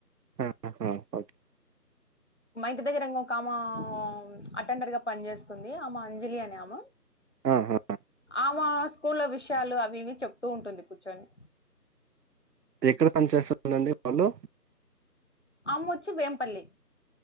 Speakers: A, on the right (about 75°); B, on the left (about 45°).
A: ఆహ హ
B: మా ఇంటి దగ్గర ఇంగో ఒ కమో అటెండర్ గా పనిచేస్తుంది. ఆమె అంజలి అనే ఆమ
A: ఆహా
B: ఆమా స్కూల్ల్లో విషయాలు అవి ఇవి చెప్తూ ఉంటుంది కూర్చొని
A: ఎక్కడ పని చేస్తనండి వాళ్ళు
B: అమ్మొచ్చి వేంపల్లి